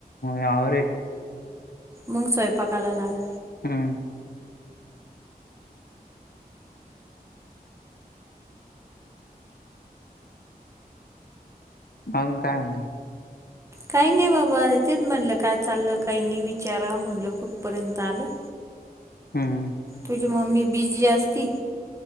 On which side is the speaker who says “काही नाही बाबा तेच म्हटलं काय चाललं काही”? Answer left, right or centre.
Right